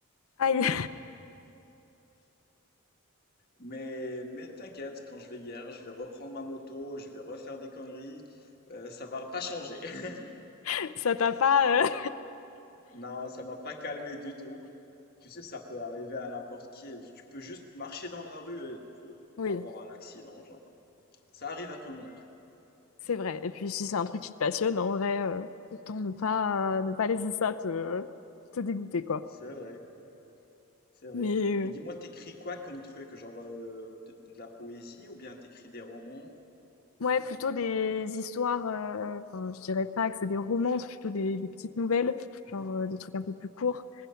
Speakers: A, on the left; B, on the left.
A: Aïe,
B: Mais, mais t'inquiète, quand je vais hier, je vais reprendre ma moto, je vais refaire des conneries. Euh, ça va pas changer. <laughs>
A: <laughs> ça t'a pas... euh,
B: Non, ça m'a pas calmé du tout. Tu sais, ça peut arriver à n'importe qui. Tu peux juste marcher dans la rue et euh,
A: <laughs> Oui,
B: avoir un accident, genre. Ça arrive à tout le monde.
A: c'est vrai. Et puis, si c'est un truc qui te passionne, en vrai, euh, autant ne pas, ne pas laisser ça te, te dégoûter, quoi.
B: C'est vrai. C'est vrai.
A: Mais
B: Et
A: euh,
B: dis-moi, t'écris quoi comme truc? Genre euh, de, de la poésie ou bien t'écris des romans?
A: ouais, plutôt des histoires, euh, enfin, je dirais pas que c'est des romances, plutôt des, des petites nouvelles,
B: Mhm.
A: genre euh, des trucs un peu plus courts.